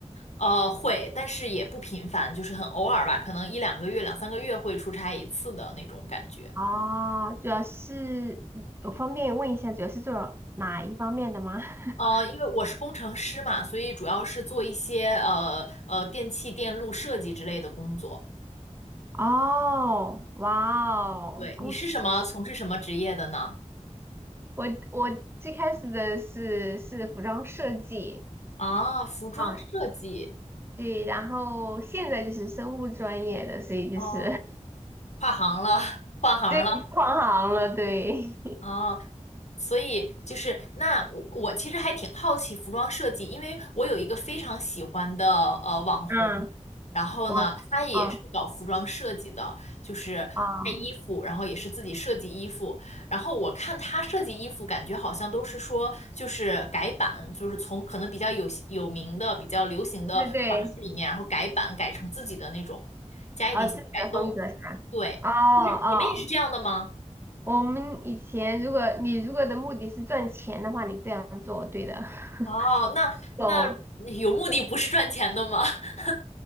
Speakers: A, on the left; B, on the right.
A: 呃，会，但是也不频繁，就是很偶尔吧，可能一两个月、两三个月会出差一次的那种感觉。
B: 哦，主要是我方便问一下，主要是做哪一方面的吗？<laughs>
A: 呃，因为我是工程师嘛，所以主要是做一些呃呃电器电路设计之类的工作。
B: 哦，哇哦，
A: 对，
B: 公司。
A: 你是什么，从事什么职业的呢？
B: 我我最开始的是是服装设计
A: 啊，服装设计，
B: 啊，对，然后现在就是生物专业的，所以就是
A: 哦，跨行了，<laughs>
B: <laughs>
A: 换行了。
B: 对跨行了，对，
A: 哦，所以就是那我我其实还挺好奇服装设计，因为我有一个非常喜欢的呃网红，
B: <laughs> 嗯，
A: 然后呢，
B: 哦，
A: 他也是搞服装设计的，
B: 哦
A: 就是卖衣服，
B: 哦，
A: 然后也是自己设计衣服，然后我看他设计衣服，感觉好像都是说就是改版，就是从可能比较有有名的、比较流行的款式里面，
B: 对对，
A: 然后改版改成自己的那种，加一点小改动。
B: 啊，自己的风格是吧？
A: 对，
B: 哦哦，
A: 就是你们也是这样的吗？
B: 我们以前如果你如果的目的是赚钱的话，你这样做对的，<laughs>
A: 哦，那那有目的不是赚钱的吗？
B: 懂
A: <laughs>